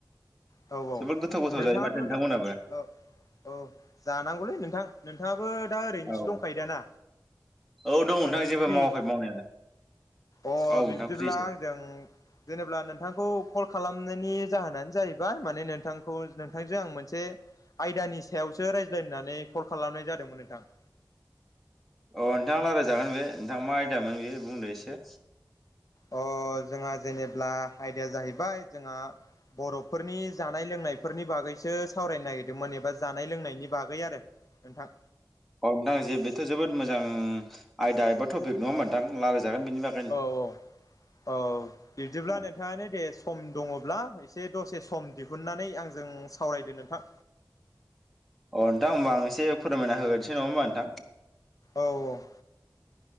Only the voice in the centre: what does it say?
जोबोद गोथाव गोथाव
जायो माथो नोंथांमोनहाबो।
औ
औ दं
नोंथां जेबो
मावाखै मावनायालाय
औ नोंथां
फ्रिसो
अ नोंथाङा रायजायजागोन बे नोंथाङा मा आयदामोन बे बुंदो एसे।
औ नोंथां जे बेथ' जोबोद मोजां आयदा एबा टपिक नङा होमबा नोंथां लायरायजागोन बेनि बाग
अ
अ नोंथां होमबा आं एसे फोरमायना होग्रोनोसै नङा होनबा नोंथां।